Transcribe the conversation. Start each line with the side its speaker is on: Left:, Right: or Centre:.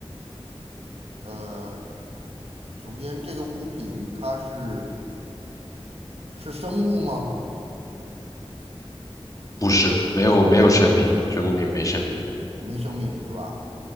Right: 呃，首先这个物品它是是生物吗？
Left: 不是，没有，没有生命，这个物品没生命，
Right: 没生命是吧？